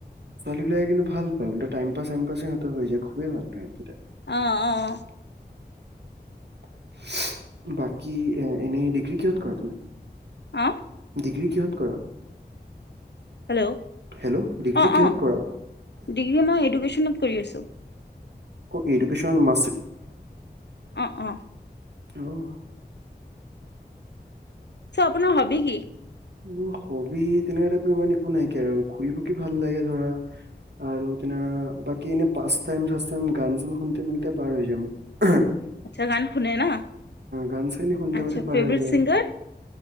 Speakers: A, on the right; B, on the left.
A: ছোৱালী বিলাকে কিন্তু ভাল পায় টাইম পাছ চাইম পাছ <unintelligible> হৈ যায় খুবেই ভাল পায় <unintelligible>
B: আহ আহ।
A: <inaudible> বাকি এনেই <unintelligible> কি কিহত কৰা তুমি?
B: অঁ?
A: ডিগ্ৰী কিহত কৰা?
B: হেল্ল'
A: হেল্ল' ডিগ্ৰী
B: অঁ
A: কিহত
B: অঁ,
A: কৰা
B: ডিগ্ৰী মই এডুকেশ্যনত। কৰি আছো।
A: অ এডুকেশ্বন <unintelligible>
B: অ অ।
A: অহ!
B: চ আপোনাৰ হবি কি?
A: মোৰ হবি তেনেকুৱাই ইমান একো নাইকিয়া আৰু। ঘুৰিপকি ভাল লাগে ধৰা। আৰু তেনে বাকী এনে পাঁচ টাইচ টাইম গান চান শুনতে মিলিতে পাৰ হৈ যাম। <unintelligible>
B: আচ্ছা গান শুনে ন?
A: গান চান শুনি
B: আচ্ছা
A: থাকোতে পাৰ
B: ফেভৰেট
A: হৈ যায়
B: চিংগাৰ?
A: আৰু